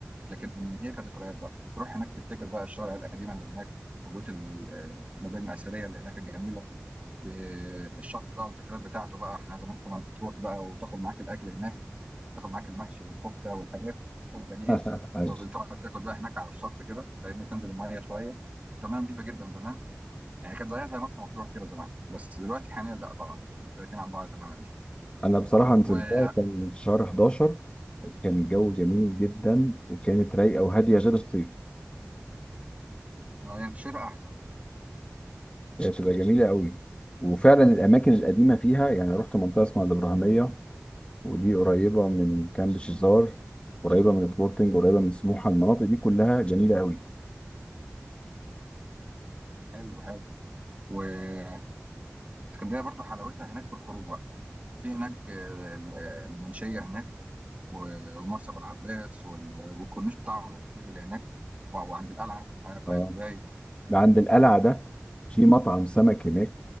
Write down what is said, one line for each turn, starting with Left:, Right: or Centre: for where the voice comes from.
Right: لكن هي كذكريات بقى تروح هناك تفتكر بقى الشوارع القديمة اللي هناك وبيوت ال- المباني الأثرية اللي هناك الجميلة بالشط بقى والذكريات بتاعته بقى احنا زمان كنا تروح بقى وتاخد معاك الأكل هناك تاخد معاك المحشي والكفتة والحاجات والبانيه
Left: <laughs> أيوة.
Right: وتقعد تاكل بقى هناك على الشط كده فاهمني تنزل المية شوية زمان نظيفة جدا زمان يعني كانت زيها زي مرسى مطروح كده زمان بس دلوقتي حاليا لا طبعا مختلفين عن بعض تماما يعني
Left: انا بصراحه نزلتها
Right: و يعني
Left: كان في شهر 11 كان الجو جميل جدا وكانت رايقه وهاديه غير الصيف
Right: في الشتاء احسن
Left: هي بتبقى جميله قوي وفعلا الاماكن القديمه فيها يعني رحت منطقه اسمها الابراهيميه ودي قريبه من كامب شيزار قريبه من سبورتنج قريبه من سموحه المناطق دي كلها جميله قوي
Right: حلو حلو واسكندريه برضو حلاوتها هناك في الخروج بقى في هناك آه، ال- آه، المنشيه هناك و- ومرسى ابو العباس وال- والكورنيش بتاعهم الكتير اللي هناك و- وعند القلعه على قايتباي
Left: اه ده عند القلعه ده في مطعم سمك هناك